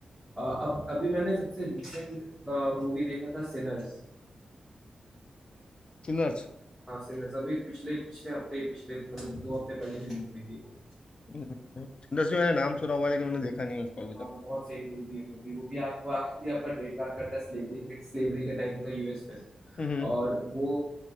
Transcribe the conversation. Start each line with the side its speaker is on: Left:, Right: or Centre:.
Centre: अ, अब अभी मैंने सबसे रिसेंट मूवी देखा था सिनर्स
Left: सिनर्स
Centre: हाँ सिनर्स अभी पिछले पिछले हफ्ते ही पिछले मतलब दो हफ्ते पहले रिलीज हुई थी वो
Left: सिनर्स भी मैंने नाम सुना हुआ है लेकिन मैंने देखा नहीं है उसको अभी
Centre: हाँ
Left: तक
Centre: बहुत सही मूवी है वो भी वो भी आप वो एक्चुअली आपका डेट बैक करता है स्लेवरी के स्लेवरी के टाइम का यूएस पे
Left: हम्म
Centre: और वो